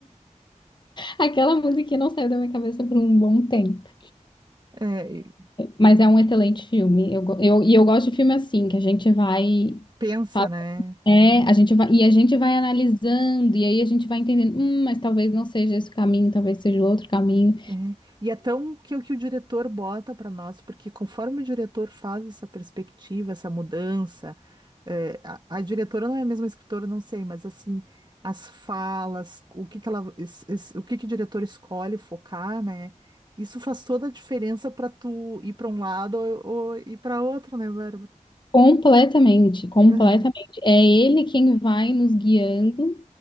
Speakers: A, on the left; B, on the right.
A: Aquela musiquinha não saiu da minha cabeça por um bom tempo.
B: É, e
A: Mas é um excelente filme. Eu, go- eu, e eu gosto de filme assim, que a gente vai.
B: pensa,
A: fala-
B: né?
A: É, a gente vai, e a gente vai analisando, e aí a gente vai entendendo, hum, mas talvez não seja esse o caminho, talvez seja outro caminho.
B: É, e é tão que o que o diretor bota para nós, porque conforme o diretor faz essa perspectiva, essa mudança, é, a, a diretora não é a mesma escritora, não sei, mas assim, as falas, o que que ela, es- es- o que que o diretor escolhe focar, né? Isso faz toda a diferença para tu ir para um lado ou, ou ir para outro, né, Bárbara?
A: Completamente, completamente.
B: Aham,
A: É ele quem vai nos guiando,